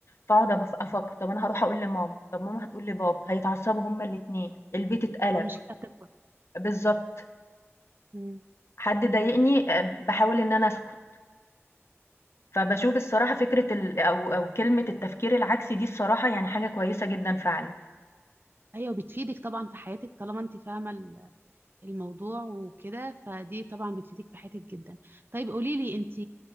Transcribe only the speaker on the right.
والمشكلة هتكبر
مم.
أيوة بتفيدك طبعا في حياتك طالما أنت فاهمة ال- الموضوع وكده فدي طبعا بتفيدك في حياتك جدا طيب قولي لي أنت